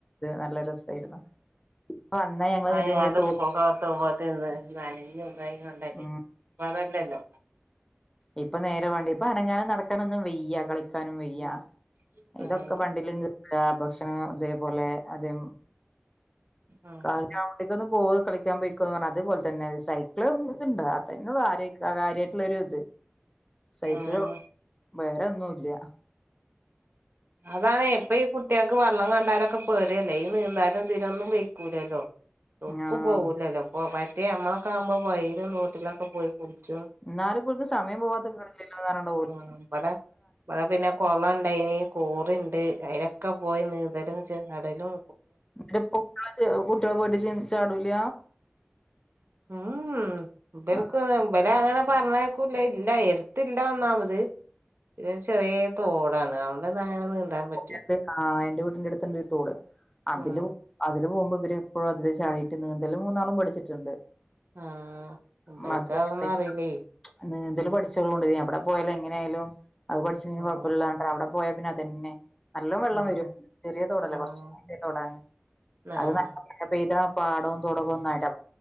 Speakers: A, on the left; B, on the right.
A: നല്ല രസായിരുന്നു വന്നാ ഞങ്ങള്
B: അയ്
A: ഇതേമാതിരി
B: അന്ന്
A: തോ
B: സ്‌കൂൾ <unintelligible>
A: ഉം
B: അതല്ലല്ലോ
A: ഇപ്പൊ നേരെ വേണ്ടി പ്പോ ഇപ്പൊ അനങ്ങാനും നടക്കാനൊന്നും വെയ്യ നടക്കാനും വയ്യ
B: ഉം അങ്ങനെ
A: ഇതൊക്കെ വണ്ടിലും ല്ലാ ഭക്ഷണം അതേപോലെ അതോം
B: ആഹ്
A: കായിനാ അവിടെക്കോന്നു പോയി കളിക്കാൻ പോയിക്കോന്ന് പറഞ്ഞ അതുപോലെ തന്നെ സൈക്കിളും ഇതുണ്ട് അ തന്ന കാര്യമായിട്ടുള്ളൊരു ഇത് സൈക്കിളട്ടും
B: ആഹ്
A: വേറെന്നുംല്ല
B: അതാണ് എപ്പോഴും ഈ കുട്ടികൾക്ക് പറ വെള്ളം കണ്ടാലൊക്കെ പേടിയല്ലേ ഈ നീന്താലും ഇതിനൊന്നും വയിക്കൂലല്ലോ ഒക്ക്
A: ആഹ്
B: പോകൂലല്ലോ ഇപ്പൊ പറ്റ നമ്മളൊക്കെ ആകുമ്പോ വയിലും തോട്ടിലൊക്കെ പോയി കുളിച്ചും
A: എന്നാലും ഇപ്പോൾക്ക് സമയം പോവാത്തിണലില്ലേല്ലോ ഓരെണ്ണം
B: മ് ഇബടെ ഇവിടെ പിന്നെ കോളം ഇണ്ടേ കോളം ഇണ്ട് കോറി ഇണ്ട് അലൊക്കെ പോയി നീന്തലും ചടലും
A: എന്നട്ടപ്പ കുട്ടികള് ചെ കുട്ടികളെ പോയി ചെന്ന് ചാടൂല
B: ഉംമ്മ് ഇവലക്ക്
A: ആഹ്
B: ഇബലെ അങ്ങനെ പറഞ്ഞക്കൂല ഇല്ല എടുത്തില്ല ഒന്നാമത് പിന്ന ചെറിയ തോടാണ് തൊട്ട്ന്ന് അങ്ങനെ നിന്താൻ പറ്റോ
A: എൻ്റെ ആ എന്റെ വീട്ടിന്റെ അടുത്ത് ഒരു തോട് അതില്
B: ആഹ്
A: അതില് പോകുമ്പോ ഇവരിപ്പോഴ അതില് ചാടിട്ട് നീന്തലും മൂന്നാളും പഠിച്ചിട്ടുണ്ട്
B: ആഹ് ഇബൽക്ക്
A: <unintelligible> അതു തന്നെയാണ്
B: അതൊന്നും അറിയില്ലേ
A: നിന്തൽ പഠിച്ചോളൂണ്ട് നീ എവിടെപോയാലും എങ്ങനെയായാലും അത് പഠിച്ചിട്ട
B: ആഹ്
A: കുഴപ്പമില്ലല്ലാണ്ടണ്ട് അവിടെ പോയാൽ പിന്ന അത്തന്നെ നല്ല വെള്ളം
B: ആഹ്
A: വരും ചെറിയ തോടല്ലേ
B: ആഹ്
A: കുറച്ചിയവലിയ തോടാണ്
B: ആഹ്
A: അത് നല്ല മഴ പെയ്താ പാടവും തുടകവുംന്നായിട്ട്